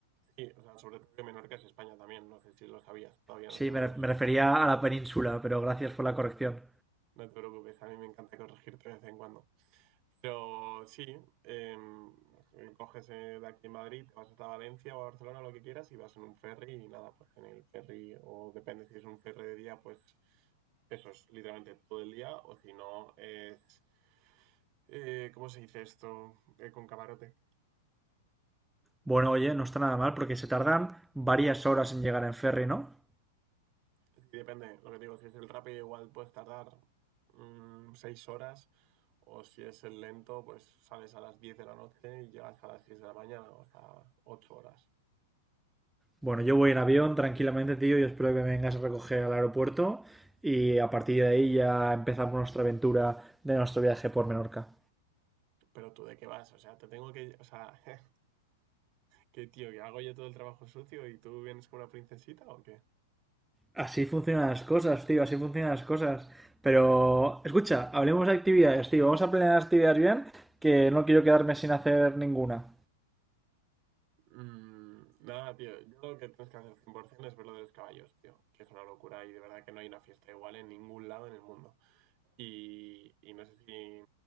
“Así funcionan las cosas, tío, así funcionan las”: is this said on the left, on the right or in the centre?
Centre